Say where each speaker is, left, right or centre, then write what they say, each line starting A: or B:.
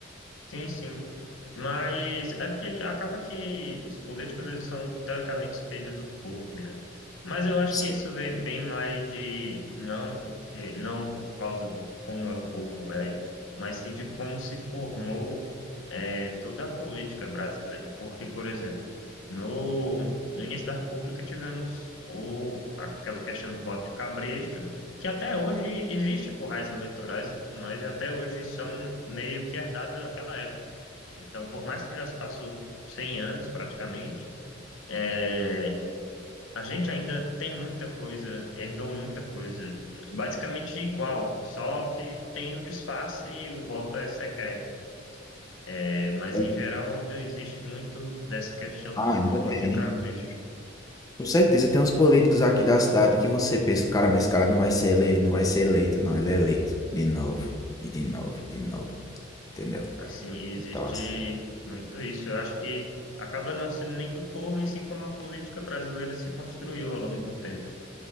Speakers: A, on the left; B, on the left.
A: Sim, sim. Mas é porque acaba que os políticos eles são teoricamente espelho do povo, né? Mas eu acho
B: Sim.
A: que isso vem bem mais de não porque não por causa do como é o povo é, mas sim de como se formou é, toda a política brasileira. Porque, por exemplo, no, no início da República tivemos o, aquela questão do voto de cabresto que até hoje existe currais eleitorais e tudo mais, e até hoje são meio que herdados daquela época. Então, por mais que já se passou 100 anos praticamente, é, a gente ainda tem muita coisa, herdou muita coisa, basicamente igual, só que tem o disfarce e o voto é secreto, né? É, mas
B: É,
A: em geral ainda existe muito dessa questão
B: Ah,
A: do,
B: ainda
A: do voto
B: tem.
A: de cabresto.
B: Com certeza, tem uns políticos aqui da cidade que você pensa, caramba, esse cara não vai ser ele, não vai ser eleito, não, ele é eleito de novo, e de novo, e de novo, entendeu?
A: Assim, existe
B: Então, ass
A: muito isso. Eu acho que acaba não sendo nem do povo, e sim como a política brasileira se construiu ao longo do tempo.